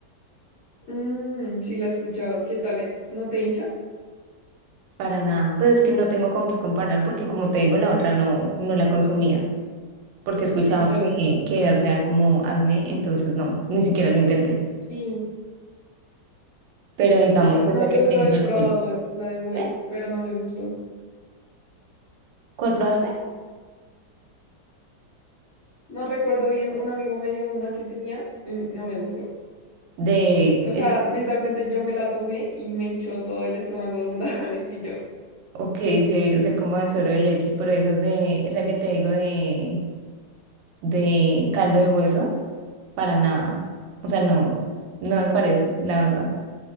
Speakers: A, on the left; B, on the right.
A: Mm, sí, la he escuchado. ¿Qué tal es? ¿No te hincha?
B: para nada. Pues es que no tengo con qué comparar porque como te digo, la otra no, no la consumía, porque he escuchado
A: Sí, claro.
B: que, que hace dar como acné, entonces no, ni siquiera lo intenté.
A: Sí,
B: Pero digamos,
A: Sí, sí, no,
B: esa
A: yo
B: que
A: solo
B: te digo,
A: he probado
B: de polvo.
A: la de Whey,
B: ¿eh?
A: pero no me gustó.
B: ¿Cuál probaste?
A: No recuerdo bien, un amigo me dio una que tenía, mm, no me gustó.
B: De
A: O sea,
B: esa,
A: literalmente yo me la tomé y me hinchó todo el estómago de una <laughs> vez y yo.
B: ok, sí debió ser como de suero de leche, pero esas de, esa que te digo de, de caldo de hueso, para nada. O sea, no, no me parece, la verdad.